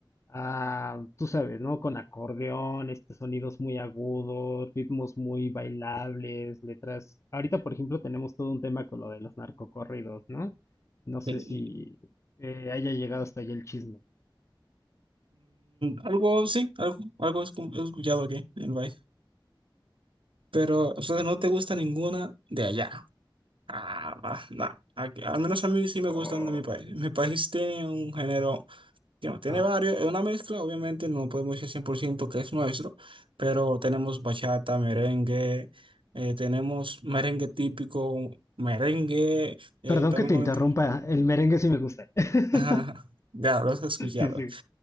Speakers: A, on the left; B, on the right.
A: Ah, tú sabes, ¿no? Con acordeón, estos sonidos muy agudos, ritmos muy bailables, letras. Ahorita, por ejemplo, tenemos todo un tema con lo de los narcocorridos, ¿no? No sé
B: <laughs>
A: si eh, haya llegado hasta allá el chisme.
B: algo sí, algo, algo he escu- he escuchado aquí en el país. Pero, o sea, no te gusta ninguna de allá. Ah, va, no. Aquí- al menos a mí sí me gustan
A: Oh,
B: de mi país. Mi país tiene un género Digamos, tiene
A: ajá.
B: varios, es una mezcla, obviamente no podemos decir 100% que es nuestro, pero tenemos bachata, merengue, eh, tenemos merengue típico, merengue, eh,
A: Perdón
B: también
A: que te
B: comenta.
A: interrumpa, el merengue sí me gusta. <laughs>
B: <laughs> Ajá, ya lo has escuchado.
A: Sí, sí.